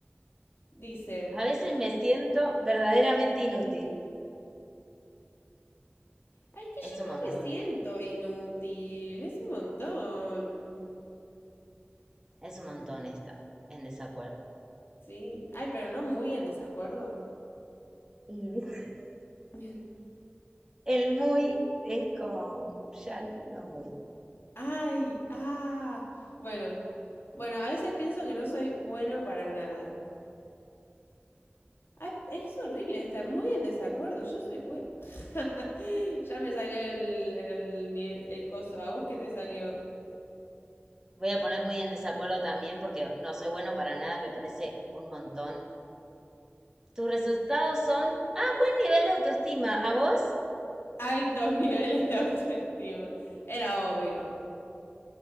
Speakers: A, on the left (about 70°); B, on the right (about 15°).
A: Dice,
B: A veces me siento verdaderamente inútil.
A: "Ay, es que
B: Es
A: yo
B: un
A: no
B: montón,
A: me siento inútil, es un montón.
B: es un montón esta, en desacuerdo.
A: Sí. Ay, pero no muy en desacuerdo.
B: Y <laughs>
A: <laughs>
B: El muy es como ya no muy.
A: Ay, ah, bueno. Bueno, a veces pienso que no soy bueno para nada. Ay, es horrible, está muy en desacuerdo. Yo soy bueno. <laughs> Ya me salió el, el, ni- el coso. ¿A vos qué te salió?
B: Voy a poner muy en desacuerdo también porque no soy bueno para nada, me parece un montón. Tus resultados son, ah, buen nivel de autoestima. ¿A vos?
A: altos <laughs> niveles de autoestima. Era obvio.